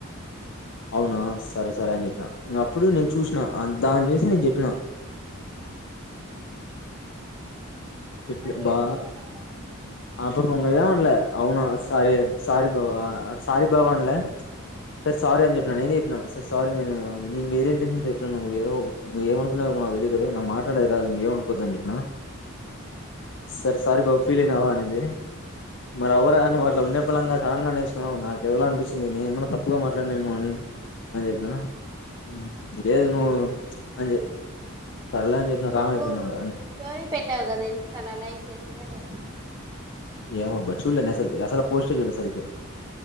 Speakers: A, on the left; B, on the right.
A: అవునా స సరే సరే అని చెప్పిన ఇంగ అప్పుడు నేను చూసినా దాని చూసి నేను చెప్పినా చెప్పి
B: మళ్ళీ
A: బా
B: ఏమనిందా పాప
A: ఆ పాప మల్ల ఏమన్ల అవునా సారీ సారీ బావా సారీ బావా అన్ల తే సారీ అని చెప్పిన నేనే చెప్పిన సారీ నేనేమో నేనువేరే ఇంటెన్షన్‌తో చెప్పిన నువ్ ఎదో నువ్ ఏమనుకునవో ఏమో నాకు తెలీదు కదా నాకు మాట్లాడేకీ రాదు నువ్ ఎం అనుకోవద్దు అని చెప్పిన సరే సారీ బావా ఫీల్ అయినవా అనింది మరి అవ్వరా నువ్వుట్లా ఉన్నపలంగా సడన్‌గా అనేసినావ్ నాకు ఏదోలా అనిపించింది నేను ఏమన్నా తప్పుగా మాట్లాడిన ఏమో అని అని చెప్పిన మ్ లేదు నువ్వు అని చె సర్లే అని చెప్పినా
B: నువ్వు
A: కామ్ అయిపోయింది ఇంగ
B: స్టోరీ పెట్టావు కదా ఇంస్టాల లైక్ చేసిందా లేదా
A: ఏమోబ్బా చూల్లే నెఅసల్ అసల పోస్టే చూలే సారిగా